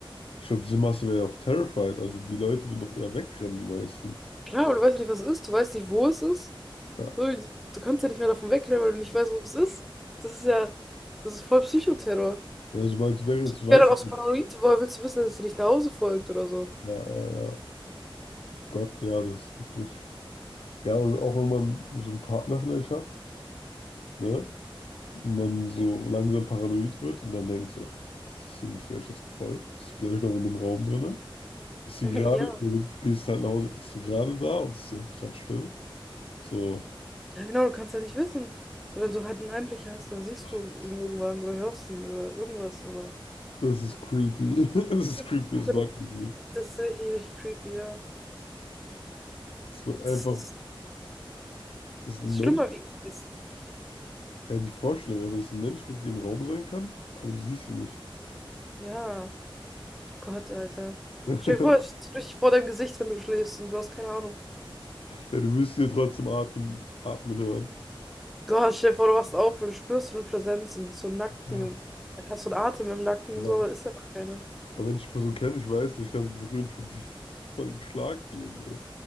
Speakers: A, on the left; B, in the centre.
A: Ich glaube, diese Masse wäre ja auch terrified. Also die Leute würden doch eher wegrennen, die meisten.
B: Klar, aber du weißt ja nicht, was es ist. Du weißt nicht, wo es ist.
A: Ja.
B: So, du kannst ja nicht mehr davon wegrennen, weil du nicht weißt, wo es ist. Das ist ja, das ist voll Psychoterror.
A: Ja, sobald du wegrennst,
B: Ich
A: du weißt
B: wäre dann
A: es
B: auch so
A: nicht.
B: paranoid, woher willst du wissen, dass es dir nicht nach Hause folgt oder so?
A: Ja, ja, ja. Gott, ja, das ist wirklich. Ja, und auch wenn man so einen Partner vielleicht hat, ne? Und man so langsam paranoid wird und dann denkt so, hat sie mir vielleicht jetzt gefolgt? Ist sie vielleicht noch in dem Raum drin? Ist sie
B: <laughs> Mhm,
A: gerade,
B: Ja.
A: du gehst halt nach Hause, ist sie gerade da und ist sie einfach gerade still? So,
B: Ja, genau, du kannst ja nicht wissen. So, wenn du halt einen Einbrecher hast, dann siehst
A: ah,
B: du
A: das,
B: ihn irgendwann oder hörst ihn oder irgendwas, aber
A: das ist creepy. <laughs> Das
B: <laughs>
A: ist creepy, das mag ich nicht.
B: das ist richtig, richtig creepy, ja.
A: Dass man einfach,
B: Das ist,
A: dass
B: das
A: ein
B: ist
A: Mensch,
B: schlimmer wie Geist.
A: ja, die Vorstellung einfach, dass ein Mensch mit dir im Raum sein kann, aber du siehst sie nicht.
B: Ja, Gott, Alter.
A: <laughs>
B: Stell dir vor, es ist so richtig vor deinem Gesicht, wenn du schläfst und du hast keine Ahnung.
A: Ja, du wirst sie ja trotzdem atmen, atmen hören.
B: Gott, stell dir vor, du wachst auf und du spürst so eine Präsenz und hast so einen Nacken,
A: Ja,
B: im- hast so einen Atem im Nacken
A: aber,
B: und so, aber ist einfach keiner.
A: aber wenn ich die Person kenne, ich weiß, ich kann sie berühren, ich würde dir <laughs> voll einen Schlag geben, ey.